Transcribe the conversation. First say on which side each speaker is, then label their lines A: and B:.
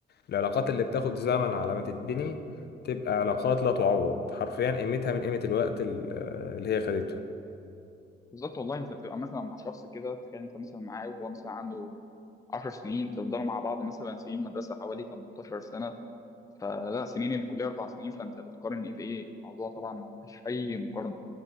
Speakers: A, on the left; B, on the left.
A: العلاقات اللي بتاخد زمن على ما تتبني تبقى علاقات لا تعوض حرفيا قيمتها من قيمة الوقت ال- اللي هي خدته
B: بالظبط والله انت بتبقى مثلا مع شخص كده تخيل انت مثلا معاه وهو مثلا عنده 10 سنين تفضلوا مع بعض مثلا سنين مدرسه حوالي 18 سنه فلا سنين الكليه اربع سنين فانت بتقارن ايه بايه الموضوع طبعا ما فيش اي مقارنه